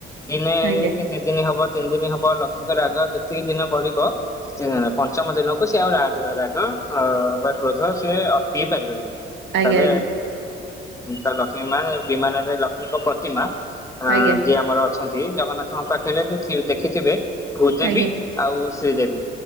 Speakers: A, on the left; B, on the right.
A: ଦିନେ
B: ଆଜ୍ଞା
A: କି ଦି ଦିନ ହବ ତିନି ଦିନ ହବ ଲକ୍ଷ୍ମୀଙ୍କର ରାଗ ଯେତିକି ଦିନ ବଢିବ ପଞ୍ଚମ ଦିନ ସେ ଆଉ ରାଂ ରାଗ ଅ ବା କ୍ରୋଧ ସେ ଅଟକେଇ ପାରିବେନି।
B: ଆଜ୍ଞା
A: ତେବେ
B: ଆଜ୍ଞା
A: ତା ଲକ୍ଷ୍ମୀ ବିମାନରେ ଲକ୍ଷ୍ମୀଙ୍କ ପ୍ରତିମା ଅ
B: ଆଜ୍ଞା
A: ଯିଏ ଆମର ଅଛନ୍ତି ଜଗନ୍ନାଥଙ୍କ ପାଖରେ ତ ସିଏ ଦେଖିଥିବେ ଭୂଦେବୀ
B: ଆଜ୍ଞା ଆଜ୍ଞା
A: ଆଉ ଶ୍ରୀଦେବୀ।